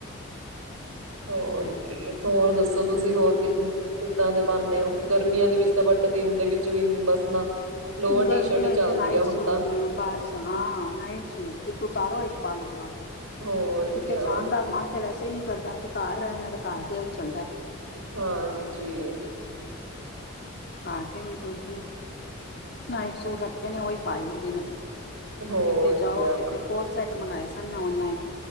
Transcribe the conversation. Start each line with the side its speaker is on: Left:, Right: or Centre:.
Right: ਹੋਰ
Left: ਹੂੰ
Right: ਕੀ ਹੋਰ ਦੱਸੋ ਤੁਸੀਂ
Left: ਹੂੰ
Right: ਹੋਰ ਕੀ ਕੀ ਇੱਦਾਂ ਦੇ ਪਾਉਦੇ ਹੋ ਗਰਮੀਆਂ ਦੇ ਵਿੱਚ ਤਾਂ ਬਟ ਦਿਨ ਦੇ ਵਿੱਚ ਵੀ ਬਸ ਨਾ ਲੋਅਰ
Left: ਗਰਮੀਆਂ
Right: ਟੀ ਸ਼ਰਟ ਈ
Left: ਵਿੱਚਥੇ
Right: ਚੱਲਦੀ
Left: ਨਾਈਟ
Right: ਆ ਹੁਣ
Left: ਸੂਟ
Right: ਤਾਂ
Left: ਬਸ ਹਾਂ ਨਾਈਟ ਸੂਟ ਇੱਕ ਓਤਾਰੋ ਇੱਕ ਪਾਲੋ ਬਸ
Right: ਹੋਰ
Left: ਕਿਤੇ
Right: ਕਿਆ
Left: ਜਾਣ ਦਾ ਮਨ ਤੇ ਵੈਸੇ ਸੇ ਨੀ ਕਰਦਾ ਤੇ ਘਰ ਰਹਿਣਾ ਤੇ ਘਰ ਤੇ ਉਹੀ ਚੱਲਦਾ
Right: ਹਾਂਜੀ
Left: ਘਰ ਤੇ ਓਹੀ ਦੋ ਤਿੰਨ ਨਾਈਟ ਸੂਟ ਰੱਖੇ ਨੇ ਉਹੀ ਪਾਏ ਲਈਦੇ ਨੇ
Right: ਹੋਰ
Left: ਕਿਤੇ ਜਾਓ
Right: ਕਿਆ
Left: ਤੇ ਫਿਰ ਕੋਡ ਸੇਟ ਸੂਟ ਮੰਗਾਏ ਸਨ ਮੈਂ ਔਨਲਾਈਨ